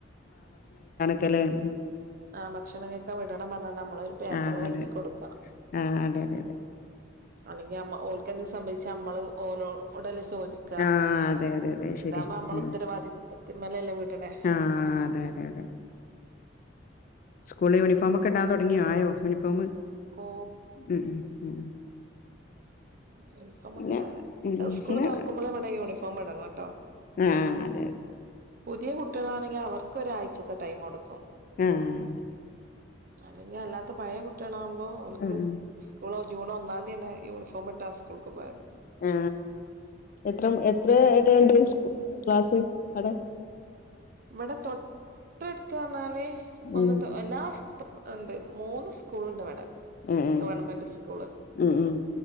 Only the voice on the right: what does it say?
ആ ഭക്ഷണ കയ്ക്കാൻ വിടണം പറഞ്ഞാ നമ്മള് ഒരു പേപ്പർല്
എഴുതി കൊടുക്കണം
അല്ലെങ്കി അമ്മ ഓൽ ക്കെന്തേം സംഭവിച്ചാ അമ്മള് ഓലോടല്ലേ <unintelligible> ചോദിക്കാ
ഇതാവുമ്പോ നമ്മള്
ഉത്തരവാദിത്തത്തിമ്മലല്ലേ വിട്ണ്.
ഓ
യൂണിഫോമൊക്കെ
ഇടാതെ
അത് സ്കൂൾ
തുറക്കുമ്പളേ ഇവടെ യൂണിഫോം ഇടണട്ടോ
പുതിയ കുട്ടികളാണെങ്കി അവർ ക്ക് ഒരാഴ്ചത്തെ ടൈം കൊടുക്കും.
അല്ലെങ്കി അല്ലാത്ത പഴയ കുട്ടികളാവു ഓ ഓൽക്ക്
സ്കൂൾ ഓ ജൂൺ ഒന്നാം തിയെന്നെ യൂണിഫോമ് ട്ടാ സ്കൂൾക്ക് പോയത്.
ഇവിടെ തൊട്ടടുത്ത് പറഞ്ഞാലേ ഒന്ന്തൊ
എല്ലാ ഉണ്ട് മൂന്ന് സ്കൂൾ ഉണ്ടിവിടെ
ഗവൺമെന്റ് സ്കൂള്